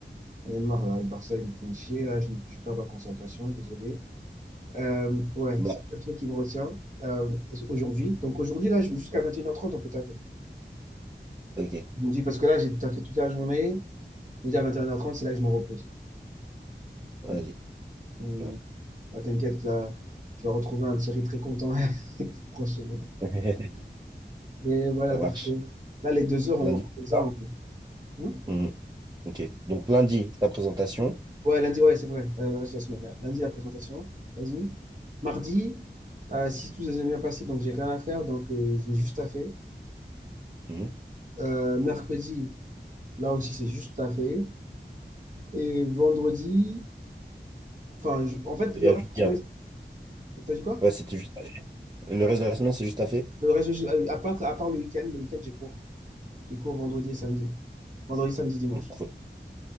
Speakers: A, on the right; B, on the right.
A: j'en ai marre là, le Barça, ils me font chier là, je, je perds ma concentration, désolé. Euh, ouais,
B: Bah,
A: c'est le seul truc qui me retient euh, aujourd'hui. Donc aujourd'hui, là, je- jusqu'à 21h30, on peut taffer.
B: ok,
A: Je me dis, parce que là, j'ai taffé toute la journée, je me dis à 21h30, c'est là que je me repose.
B: vas-y.
A: Ouais. Mm.
B: Voilà.
A: Ah, t'inquiète, là, tu vas retrouver un Thierry très content <laughs> avec vous prochainer.
B: <laughs>
A: Mais <laughs> voilà,
B: Ça
A: donc
B: marche.
A: euh, là, les deux heures, on
B: Lundi.
A: on les
B: ça.
A: a en- Hmm
B: Hum, Ok. Donc lundi, la présentation.
A: Ouais, lundi, ouais, c'est vrai. euh, le reste de la semaine. là. Lundi, la présentation. Vas-y. Mardi, euh, si tout s'est bien passé, donc j'ai rien à faire, donc euh, je vais juste taffer.
B: Hum.
A: Euh, mercredi, là aussi, c'est juste taffer. Et vendredi, enfin, je- en fait,
B: Et
A: le
B: à
A: reste
B: jeudi
A: de la semaine,
B: avant.
A: t'as dit quoi?
B: Ouais, c'était juste à faire. Le reste de la semaine, c'est juste à faire.
A: Le reste, je- ah oui, à part, à part le week-end, le week-end, j'ai cours. J'ai cours vendredi et samedi. Vendredi, samedi, dimanche.
B: Donc, ouais.